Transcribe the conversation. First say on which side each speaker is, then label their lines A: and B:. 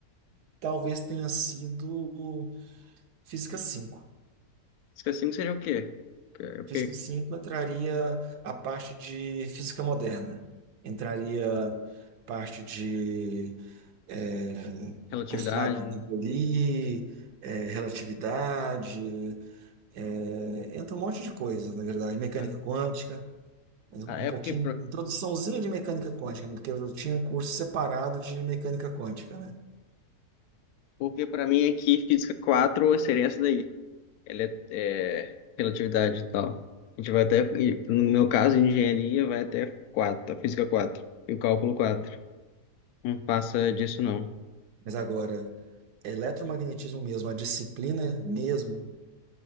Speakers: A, on the right; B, on the left.
A: talvez tenha sido o física cinco.
B: Física 5 seria o quê? Que-
A: Física
B: que-
A: 5 entraria a parte de física moderna, entraria parte de é,
B: Relatividade,
A: postulado de
B: né?
A: Bernoulli, é, relatividade, é, entra um monte de coisa, na verdade, mecânica
B: É,
A: quântica, mas
B: Ah,
A: um
B: é
A: pouquinho,
B: porque
A: introduçãozinha de mecânica quântica, né, porque eu tinha um curso separado de mecânica quântica, né?
B: Porque pra mim aqui, física 4 seria essa daí. Ela é, é, relatividade e tal. A gente vai até, e no meu caso, engenharia vai até quatro a física 4 E o cálculo quatro Não passa disso, não.
A: Mas agora, eletromagnetismo mesmo, a disciplina mesmo,